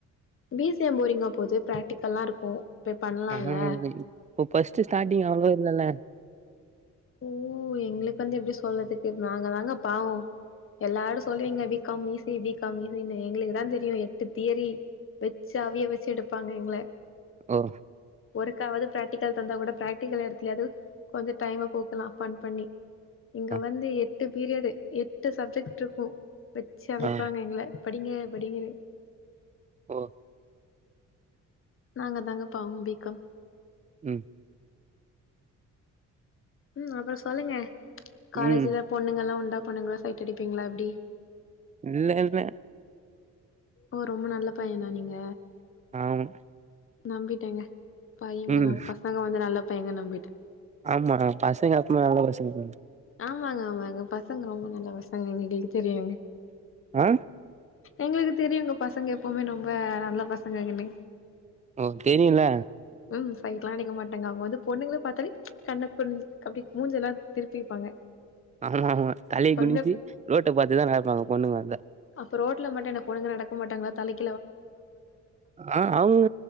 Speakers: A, on the left (about 45°); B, on the right (about 25°).
A: B A C எயா போரிங்கா போது பிராக்டிக்கல்லா இருக்கு போய் பண்ணலாம்ல
B: ஆ இப்போ ஃபர்ஸ்ட் ஸ்டார்டிங் அவ்ளோவா இல்லல்ல
A: ஓ எங்களுக்கு வந்து எப்டி சொல்லறதுக்கு நாங்க தாங்க பாவோ எல்லாரு சொல்லுவீங்க B com easy B com ஈசிஅன்னு எங்களுக்கு தா தெரியு எட்டு தியரி வெ சி அவிய வெச்சி எடுப்பாங்க எங்க
B: ஒ
A: ஒருக்காவாது ப்ராக்டிகல் தந்தா கூட ப்ராக்டிக்கல் எடத்துலயாது கொஞ்சோ டைம் போக்கலா ஃபன் பண்ணி இங்க
B: ஆ
A: வந்து எட்டு பீரியடு எட்டு சப்ஜெக்ட் இருக்கு வெச்சு அவிப்பாங்க
B: ஆ
A: எங்கள படிங்க படிங்கனு
B: ஓ
A: நாங்க தாங்க பாவோ பி காம்
B: ம்
A: ம் அப்புறம் சொல்லுங்க காலேஜ்ல
B: ம்
A: பொண்ணுங்கல்லா உண்டா பொண்ணுங்களா சைட் அடிப்பீங்களா எப்டி
B: இல்ல இல்ல
A: ஓ ரொம்ப நல்ல பையனா நீங்க
B: ஆமா
A: நம்பிட்டேங்க பையங்களா
B: ம்
A: பசங்க வந்து நல்ல பையங்க நம்பிட்டே
B: ஆமா பசங்க எப்பவுமே நல்ல பசங்க தானே
A: ஆமாங்க ஆமாங்க பசங்க ரொம்ப நல்ல பசங்க எங்க எங்களுக்கு தெரியு எங்க
B: ஆ
A: எங்களுக்கு தெரியுங்க பசங்க எப்பவுமே ரொம்ப ப நல்ல பசங்க எங்க நீ
B: ஓ தெரியுல
A: ம் சைட்லா அடிக்க மாட்டேங்க அவுங்க வந்து பொண்ணுங்கள பாத்தாலே கண்ணு கொஞ் அப்டி மூஞ்சல்லா திருப்பிப்பாங்க
B: ஆமா ஆமா தலைய
A: கொஞ்ச
B: குனிஞ்சி ரோட்ட பாத்துதா நடப்பாங்க பொண்ணுங்க வந்த
A: அப்போ ரோட்ல மட்டு இன்னா பொண்ணுங்க நடக்க மாட்டங்களா தலைக்
B: ஆ அவுக